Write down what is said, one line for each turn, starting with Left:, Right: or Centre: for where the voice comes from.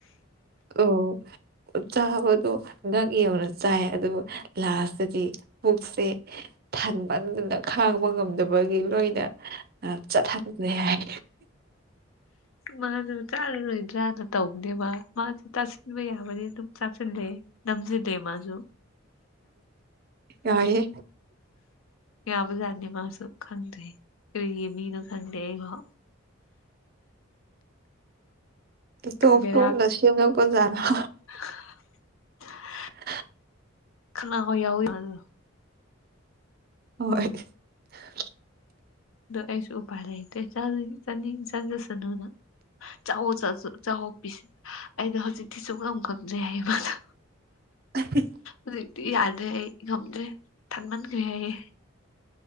Right: ꯑꯣ ꯆꯥꯕꯗꯣ ꯉꯛ ꯌꯧꯅ ꯆꯥꯏ ꯑꯗꯨꯕꯨ ꯂꯥꯁꯇꯗꯤ ꯄꯨꯛꯁꯦ ꯊꯟꯃꯟꯗꯅ ꯈꯥꯡꯕ ꯉꯝꯗꯕꯒꯤ ꯂꯣꯏꯅ ꯑ ꯆꯠꯍꯟꯒ꯭ꯔꯦ ꯍꯥꯏ
Left: ꯃꯥꯖꯨ ꯆꯥꯔꯔꯣꯏꯗ꯭ꯔꯥꯅ ꯇꯧꯕꯅꯦꯕ ꯃꯥꯖꯨ ꯆꯥꯁꯟꯕ ꯌꯥꯕꯗꯤ ꯑꯗꯨꯝ ꯆꯥꯁꯜꯂꯦ ꯅꯝꯖꯗꯦ ꯃꯥꯖꯨ
Right: ꯌꯥꯏꯍꯦ
Left: ꯌꯥꯕ ꯖꯥꯠꯅꯤ ꯃꯥꯁꯨ ꯈꯪꯗꯦ ꯀꯔꯤꯒꯤ ꯃꯤꯅꯣ ꯈꯪꯗꯦ ꯑꯩꯐꯥꯎ
Right: ꯏꯇꯣꯞ
Left: ꯕꯦꯔꯥ
Right: ꯇꯣꯞꯅ ꯁꯦꯝꯂꯛꯄꯖꯥꯠꯂꯣ
Left: <unintelligible>
Right: <unintelligible>
Left: ꯈꯅꯥꯎ ꯌꯧꯋꯤ ꯑꯗꯨꯗꯣ
Right: <unintelligible> <unintelligible>
Left: ꯑꯗꯣ ꯑꯩꯁꯨ ꯎꯄꯥꯏ ꯂꯩꯇꯦ ꯆꯥꯅꯤꯡ ꯆꯥꯅꯤꯡ ꯆꯥꯖꯁꯅꯨꯅ ꯆꯥꯎꯋꯣ ꯆ ꯆ ꯆꯥꯎꯋꯣ ꯄꯤꯁ ꯑꯩꯗꯣ ꯍꯧꯖꯤꯛꯇꯤ ꯁꯨꯛꯉꯝ ꯉꯝꯗ꯭ꯔꯦ ꯍꯩꯕꯗꯨ
Right: <unintelligible>
Left: ꯍꯨꯖꯤꯛꯇꯤ ꯌꯥꯗ꯭ꯔꯦ ꯑꯩ ꯉꯝꯗ꯭ꯔꯦ ꯊꯟꯃꯟꯈ꯭ꯔꯦ ꯑꯩ